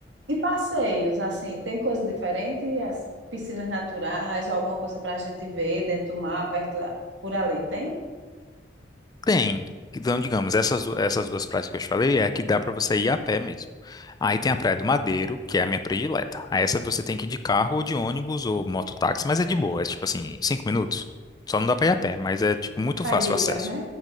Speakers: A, on the right; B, on the left.
A: E passeios, assim, tem coisa diferente? As piscinas naturais ou alguma coisa para a gente ver dentro do mar, perto, por ali, tem?
B: Tem. Então, digamos, essas, du- essas duas praias que eu te falei é a que dá para você ir a pé mesmo. Aí tem a Praia do Madeiro, que é a minha predileta. Aí essa você tem que ir de carro ou de ônibus ou mototáxi, mas é de boa, é tipo assim, cinco minutos. Só não dá para ir a pé, mas é tipo muito
A: Pai
B: fácil
A: de Uber,
B: o acesso.
A: né?